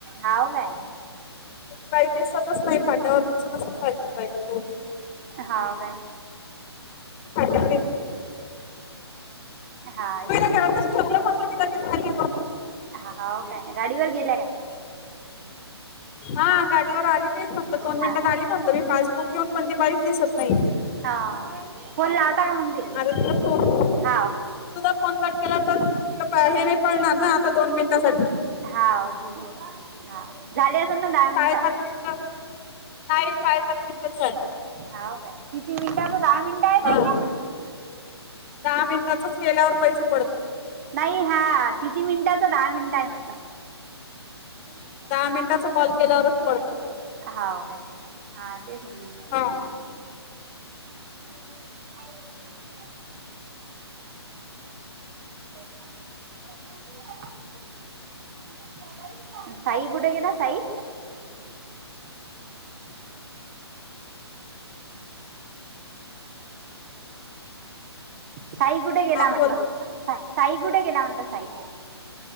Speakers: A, on the right (about 35°); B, on the left (about 25°).
A: हाव. काय
B: काही दिसातच नाही फाट्यावर दिसूनहि पाहित
A: हा का.
B: पा
A: हा
B: घरात ठेवलं म्हट म झा.
A: हाव काय गाडीवर गेल्या काय.
B: हा गाडीवर आली तेत म्हटलं दोन मिनिटात
A: हा
B: आली म्हटलं मी पासबुक देेऊन पण ती बारीच दिसत नाही.
A: हा फोन लावता का म्हणुन दिलेले
B: आता तिला फोन
A: हाव-
B: तुझा फोन कॅट केला तर तुला हे नाही कळणार ना आता दोन मिनिटांसाठी-
A: हा ठीक हा झाले अस ना-
B: साडे
A: दहा मिनिटं
B: सात मिनटच नाही साडे सात मिनटच झाले.
A: हा काय किती मिनिटाच दहा मिनिटं आहेत ताई
B: हा
A: हे
B: दहा मिनिटाचंच केल्यावर पैसे पडतात
A: नाही हा किती मिनिटात- दहा मिनिट आहे म्हटलं. हो
B: दहा मिनिटाचा कॉल
A: का
B: केल्यावरच पडतात
A: हा... ते झालं नाहीये
B: हा
A: <unintelligible> <unintelligible> साई कुठे गेला साई साई कुठे गेला
B: हा
A: म्हटलं
B: बोल
A: साई कुठे गेला म्हटलं साई-